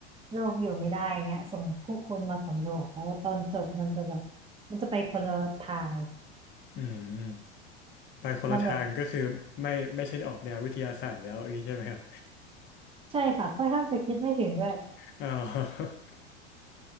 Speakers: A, on the right; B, on the left.
A: โลกอยู่ไม่ได้อย่างเงี้ยส่งผู้คนมาสำรวจแล้วตอนจบมันจะแบบมันจะไปคนละทางเลย
B: อืมอืมไปคนละทางก็คือไม่ไม่ใช่ออกแนววิทยาศาสตร์แล้วอย่างนี้ใช่ไหมครับ
A: มันแบบใช่ค่ะค่อนข้างจะคิดไม่ถึงด้วย
B: อ๋อ